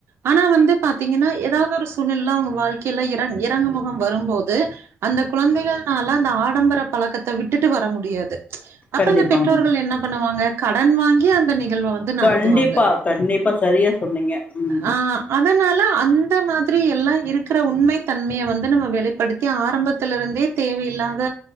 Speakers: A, on the right; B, on the left.
A: ஆனா வந்து பாத்தீங்கன்னா ஏதாவது ஒரு சூழ்நிலையில அவுங்க வாழ்க்கையில இற இறங்கும் முகம் வரும்போது அந்த குழந்தைகள்னால அந்த ஆடம்பர பழக்கத்த விட்டுட்டு வர முடியாது அப்பறோ
B: கண்டிப்பாங்க
A: இந்த பெற்றோர்கள் என்ன பண்ணுவாங்க கடன் வாங்கி அந்த நிகழ்வ வந்து நடத்துவாங்க.
B: கண்டிப்பா கண்டிப்பா சரியா சொன்னீங்க ம்
A: ஆ அதனால அந்த மாதிரி எல்லா இருக்கற உண்மை தன்மையை வந்து நம்ம வெளிப்படுத்தி ஆரம்பத்துல இருந்தே தேவையில்லாத